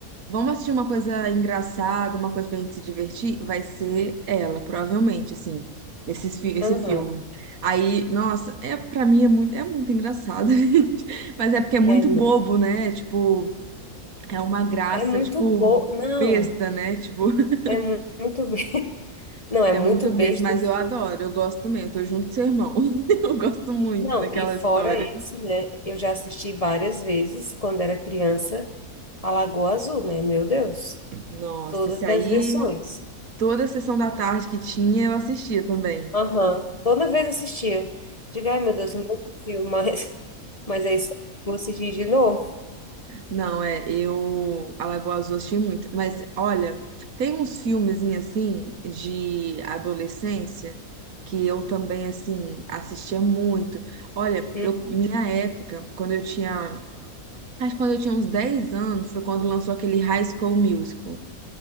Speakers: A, on the right (about 75°); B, on the left (about 30°).
A: Vamos assistir uma coisa engraçada, uma coisa pra gente se divertir? Vai ser ela, provavelmente, assim, esse, esse
B: aham.
A: filme. Aí, nossa, é, pra mim é muito, é muito engraçado, <laughs> gente. mas é porque é muito
B: É, não.
A: bobo, né? Tipo, é uma graça,
B: É muito
A: tipo,
B: bom, não,
A: besta, né? Tipo, <laughs>
B: é mu- muito, be- <laughs> não, é
A: é
B: muito
A: muito
B: besta,
A: besta, mas
B: assim.
A: eu adoro, eu gosto também, eu tô junto com seu irmão. <laughs> Eu gosto muito
B: Não,
A: daquela
B: e
A: história.
B: fora esse, né? Eu já assisti várias vezes, quando era criança, a Lagoa Azul, né? Meu Deus,
A: Nossa,
B: todas
A: esse aí,
B: as versões.
A: toda a sessão da tarde que tinha, eu assistia também.
B: Aham. Toda vez assistia. Digo, ai meu Deus, não filme, mas, <laughs> mas é isso. Vou assistir de novo.
A: Não, é, eu Alagoas Azul eu assisti muito, mas olha, tem uns filmezinhos assim de adolescência que eu também assim assistia muito. Olha,
B: Hum,
A: eu minha época, quando eu tinha, acho que quando eu tinha uns 10 anos, foi quando lançou aquele High School Musical.